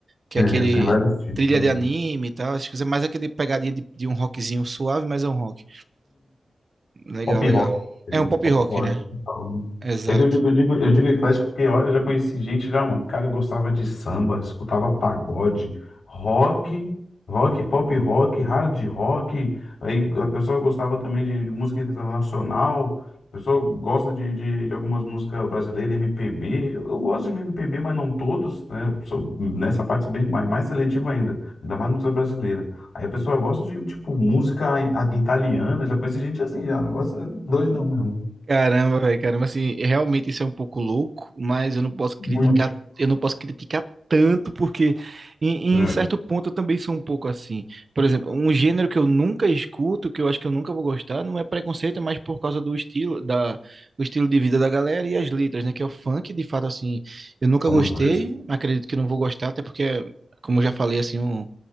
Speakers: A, on the right (about 40°); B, on the left (about 85°).
A: Que
B: É,
A: é aquele
B: tem vários tipos,
A: trilha
B: mano.
A: de anime e tal, acho que é mais aquele pegadinha de, de um rockzinho suave, mas é um rock. Legal,
B: Pop
A: legal.
B: rock. entendeu?
A: É um pop
B: Pop
A: rock,
B: rock.
A: né?
B: então.
A: Exato.
B: É que eu digo, eu digo, eu digo eclético porque, olha, eu já conheci gente já, mano. O cara gostava de samba, escutava pagode, rock, rock, pop rock, hard rock. Aí a pessoa gostava também de música internacional. A pessoa gosta de, de, de algumas músicas brasileiras, MPB. Eu, eu gosto de MPB, mas não todos, né? Sou- nessa parte sou bem mais, mais seletivo ainda. Ainda mais música brasileira. Aí a pessoa gosta de, tipo, música i- a- italiana, já conheci gente assim, já, o negócio é doidão mesmo.
A: Caramba, velho, caramba, assim, realmente isso é um pouco louco, mas eu não posso
B: Muito.
A: criticar, eu não posso criticar tanto, porque em,
B: É,
A: em certo ponto eu também sou um pouco assim. Por exemplo, um gênero que eu nunca escuto, que eu acho que eu nunca vou gostar, não é preconceito, mas por causa do estilo, da, do estilo de vida da galera e as letras, né? Que é o funk, de fato, assim, eu nunca
B: somos
A: gostei,
B: dois.
A: acredito que não vou gostar, até porque, como eu já falei, assim, um-